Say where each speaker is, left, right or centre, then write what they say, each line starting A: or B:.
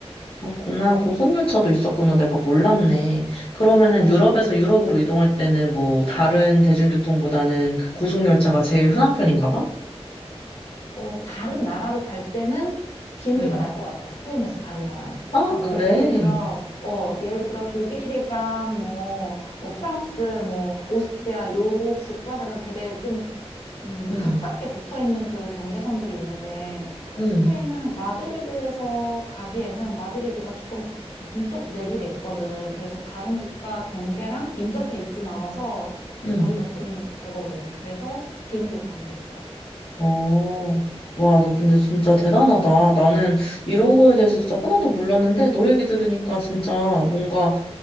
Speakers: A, on the left; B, on the left.
A: 그렇구나. 고속열차도 있었구나. 내가 몰랐네. 그러면은
B: 어,
A: 유럽에서 유럽으로 이동할 때는 뭐 다른 대중교통보다는 그 고속열차가 제일 흔한 편인가 봐?
B: 어, 다른 나라로 갈 때는 비행기가
A: 응.
B: 날 것 같아. 스페인에서 다른 나라는.
A: 아,
B: 그러니까 뭐
A: 그래.
B: 예를 들어 어 예를 들어 독일이랑 뭐 뭐 프랑스 뭐 오스트리아 요 국가들은 되게 좀 음,
A: 응,
B: 가깝게 붙어 있는 그 경계선들이 있는데
A: 응,
B: 스페인은 마드리드에서 가기에는 마드리드가 조금 왼쪽 내륙에 있거든. 그래서 다른 국가 경계랑 인접해 있진 않아서
A: 응.
B: 거리가 좀 되거든. 그래서 비행기로 가는 게 좋아.
A: 어. 와, 너 근데 진짜
B: 음.
A: 대단하다. 나는 이런 거에 대해서 진짜 하나도 몰랐는데 너 얘기 들으니까 진짜 뭔가,